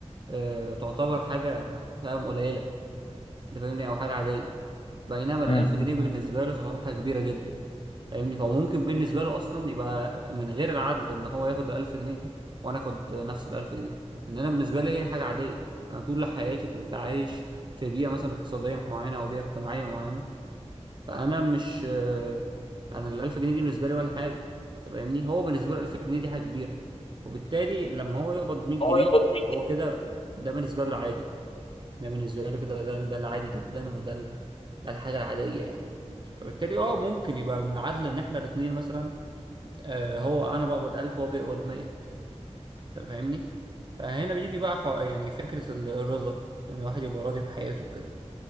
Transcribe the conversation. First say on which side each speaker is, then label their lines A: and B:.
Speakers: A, on the right; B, on the left.
A: آه تعتبر حاجة فاهم قليلة انت فاهمني او حاجة عادية بينما الألف
B: مم.
A: جنيه بالنسبة له تعتبر حاجة كبيرة جدا فاهمني فهو ممكن بالنسبة له أصلا يبقى من غير العدل إن هو ياخد ألف جنيه وأنا آخد نفس الألف جنيه لأن أنا بالنسبة لي هي حاجة عادية أنا طول حياتي كنت عايش في بيئة مثلا اقتصادية معينة أو بيئة اجتماعية معينة فأنا مش آه، أنا الألف جنيه دي بالنسبة لي ولا حاجة أنت فاهمني هو بالنسبة له ألف جنيه دي حاجة كبيرة وبالتالي لما هو يقبض مية
B: هو
A: جنيه
B: يقبض مين
A: هو كده ده بالنسبة له عادي ده بالنسبة له كده ده ده العادي جدا وده ال... ده الحاجة العادية يعني فبالتالي اه ممكن يبقى من العدل ان احنا الاتنين مثلا آه هو انا بقبض 1000 وهو بيقبض 100 انت فاهمني فهنا بيجي بقى حو... يعني فكرة ال- الرضا ان الواحد يبقى راضي بحياته وكده